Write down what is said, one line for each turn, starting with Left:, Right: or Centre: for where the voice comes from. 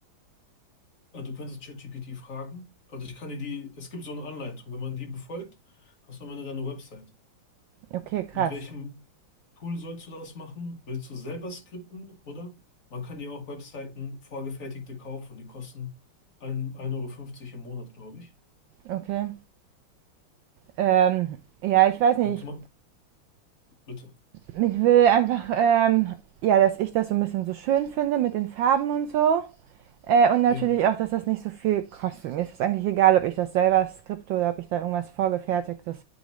Left: Also du könntest ChatGPT fragen. Also ich kann dir die, es gibt so eine Anleitung. Wenn man die befolgt, hast du am Ende deine Website.
Right: Okay, krass.
Left: Mit welchem Tool sollst du das machen? Willst du selber skripten oder man kann dir auch Webseiten vorgefertigte kaufen, die kosten ein 1,50 Euro im Monat, glaube ich.
Right: Okay. Ähm, ja, ich weiß nicht.
Left: Da kümmern, bitte.
Right: Ich, ich will einfach, ähm, ja, dass ich das so ein bisschen so schön finde mit den Farben und so. Äh, und natürlich
Left: Ja,
Right: auch, dass das nicht so viel kostet. Mir ist es eigentlich egal, ob ich das selber skripte oder ob ich da irgendwas vorgefertigtes